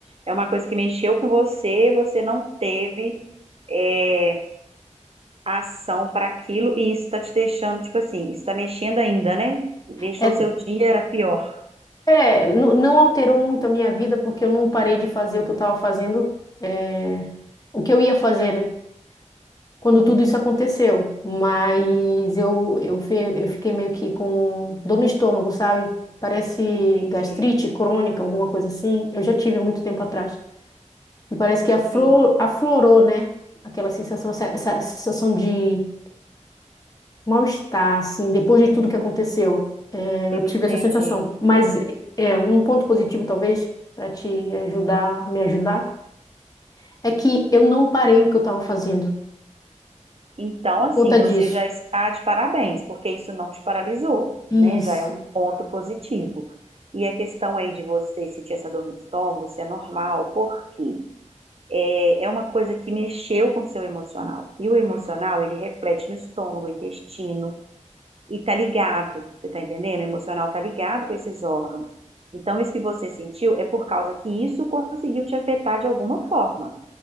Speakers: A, on the right (about 50°); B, on the left (about 30°).
A: É uma coisa que mexeu com você, você não teve é, ação para aquilo e isso está te deixando, tipo assim, isso está mexendo ainda, né? Deixou
B: É,
A: seu dia pior.
B: é, nu- não alterou muito a minha vida, porque eu não parei de fazer o que eu estava fazendo, é, o que eu ia fazer, né? quando tudo isso aconteceu, mas eu, eu, fe- eu fiquei meio que com dor no estômago, sabe? Parece
A: Entendi.
B: gastrite crônica, alguma coisa assim. Eu já tive há muito tempo atrás. E parece que afro,
A: Sim,
B: aflorou, né? Aquela sensação, essa, essa sensação de mal-estar, assim, depois de tudo que aconteceu. É,
A: eu
B: eu tive
A: entendi.
B: essa sensação. Mas é, um ponto positivo, talvez, para te ajudar, me ajudar, é que eu não parei o que eu estava fazendo
A: Então,
B: por
A: assim,
B: conta
A: você
B: disso.
A: já está de parabéns, porque isso não te paralisou,
B: Isso.
A: né? Já é um ponto positivo. E a questão aí de você sentir essa dor no estômago, isso é normal, porque é, é uma coisa que mexeu com o seu emocional. E o emocional, ele reflete no estômago, intestino, e tá ligado, você tá entendendo? O emocional tá ligado com esses órgãos. Então, isso que você sentiu é por causa que isso conseguiu te afetar de alguma forma.